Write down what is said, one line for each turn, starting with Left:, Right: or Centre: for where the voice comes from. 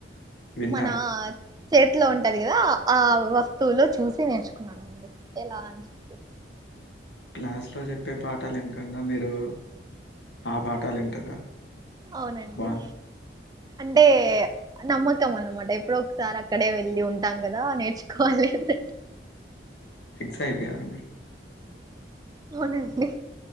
Left: విన్నారు
Right: మన చేట్లో ఉంటది కదా ఆ వస్తువులో చూసి నేర్చుకున్నాను అండి ఎలా అని చెప్పి
Left: క్లాసులో చెప్పే పాఠాలు ఇనుకొండ మీరు ఆ పాఠాలు వింటారా
Right: అవునండి
Left: బాన్
Right: అంటే నమ్మకం అన్నమాట ఎప్పుడో ఒకసారి అక్కడే వెళ్లి ఉంటాం కదా నేర్చుకోవాలి అంతే
Left: ఫిక్స్ అయిపోయారు మీరు
Right: అవునండి